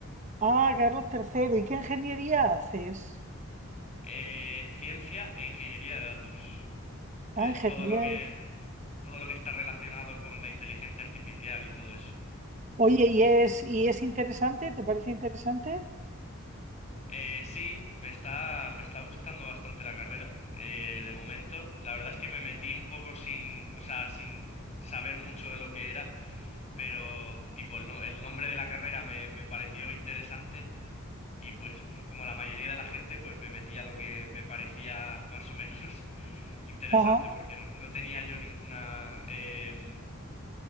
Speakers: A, on the right; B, on the left.
A: Ah, Carlos tercero. ¿Y qué ingeniería haces?
B: Eh, ciencia e ingeniería de datos. que
A: Ah,
B: es
A: ingeniería.
B: todo lo que todo lo que está relacionado con la inteligencia artificial y todo eso.
A: Oye, ¿y es, y es interesante? ¿Te parece interesante?
B: Eh, sí, me está, me está gustando bastante la carrera, eh, de momento. La verdad es que me metí un poco sin, o sea, sin saber mucho de lo que era, pero tipo, el, no- el nombre de la carrera me, me pareció interesante y pues, pues como la mayoría de la gente, pues me metí a lo que me parecía más o menos <laughs> interesante,
A: Ajá.
B: porque no, no tenía yo ninguna em,